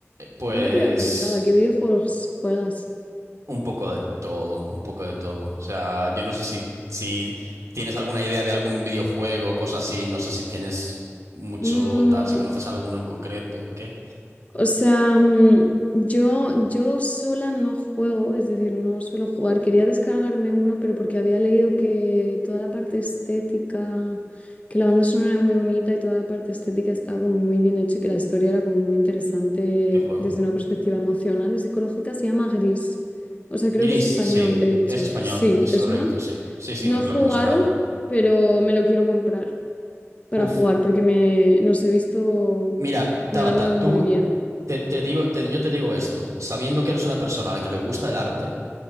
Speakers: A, on the right; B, on the left.
A: pues
B: Nunca te había preguntado, ¿a qué videojuegos juegas?
A: un poco de todo, un poco de todo. O sea, yo no sé si, si tienes alguna idea de algún videojuego, cosa así, no sé si tienes mucho
B: Mm,
A: tal, si conoces alguno en concreto, ¿qué?
B: O sea, mm, yo, yo sola no juego, es decir, no suelo jugar. Quería descargarme uno, pero porque había leído que toda la parte estética, que la banda sonora era muy bonita y toda la parte estética estaba como muy bien hecha y que la historia era como muy interesante
A: ¿Qué juego?
B: desde una perspectiva emocional y psicológica, se llama Gris. O sea,
A: Gris,
B: creo que es español,
A: sí.
B: de hecho.
A: Es español,
B: Sí,
A: es
B: ¿te
A: correcto,
B: suena?
A: sí. Sí, sí,
B: No
A: me-
B: he
A: claro
B: jugado,
A: que me suena, hombre.
B: pero me lo quiero comprar para
A: Buf.
B: jugar porque me, nos he visto,
A: Mira, Tabata,
B: me han hablado
A: tú,
B: muy bien.
A: te, te digo, te- yo te digo esto, sabiendo que eres una persona a la que le gusta el arte,